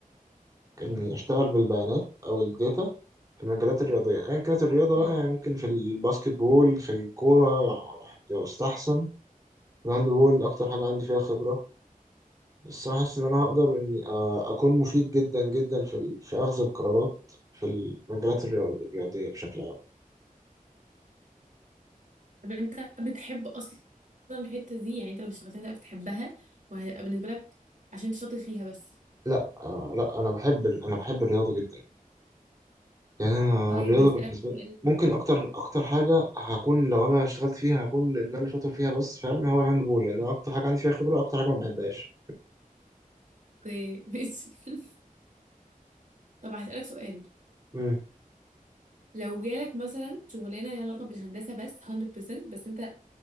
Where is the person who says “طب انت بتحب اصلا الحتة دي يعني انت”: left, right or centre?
Right